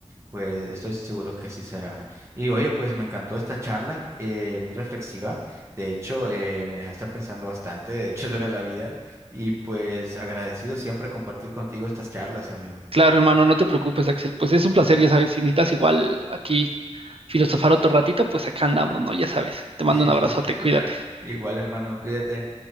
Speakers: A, on the right; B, on the right.
A: pues estoy seguro que así será. Y oye, pues me encantó esta charla, eh, muy reflexiva. De hecho, eh, me dejaste pensando bastante, de hecho, <laughs> sobre la vida y pues agradecido siempre compartir contigo estas charlas, amigo.
B: Claro, hermano, no te preocupes, Axel. Pues es un placer, ya sabes, si necesitas igual aquí filosofar otro ratito, pues acá andamos, ¿no? Ya sabes. Te mando
A: <laughs>
B: un abrazote, cuídate.
A: Claro, igual, hermano, cuídate.